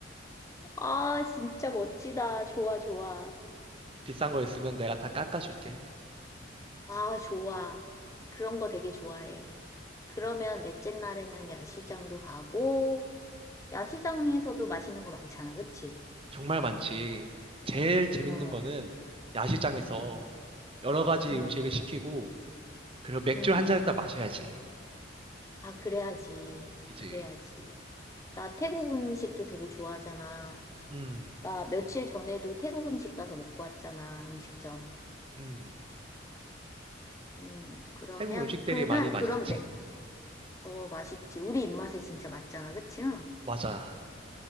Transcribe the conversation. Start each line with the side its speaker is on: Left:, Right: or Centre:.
Left: 아, 진짜 멋지다. 좋아, 좋아.
Right: 비싼 거 있으면 내가 다 깎아줄게.
Left: 아, 좋아. 그런 거 되게 좋아해. 그러면 넷째 날에는 야시장도 가고, 야시장에서도 맛있는 거 많잖아. 그치?
Right: 정말 많지. 제일 재밌는
Left: 어.
Right: 거는 야시장에서
Left: 음.
Right: 여러 가지
Left: 응,
Right: 음식을 시키고, 그리고 맥주
Left: 응.
Right: 한 잔을 딱 마셔야지.
Left: 아, 그래야지.
Right: 이제,
Left: 그래야지. 나 태국 음식도 되게 좋아하잖아.
Right: 음,
Left: 나 며칠 전에도 태국 음식 가서 먹고 왔잖아, 음식점.
Right: 음.
Left: 음, 그러면,
Right: 태국 음식들이
Left: 그날,
Right: 많이 맛있지.
Left: 그럼 내, 어, 맛있지. 우리 입맛에 진짜 맞잖아, 그치? 응.
Right: 맞아.